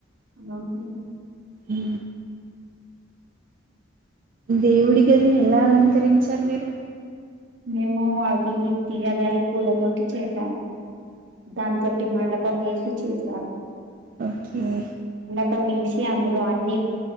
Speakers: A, on the right; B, on the right.
A: <unintelligible>
B: ఈ దేవుడి గదిని ఎలా అలంకరించారు మీరు?
A: మేమూ అదీ తీయగారె పూలతోటి చేసాం. దాంతోటి మండపం ఏసి చేశాం.
B: ఒకే.
A: పం ఇలిసి అందులో అన్నీ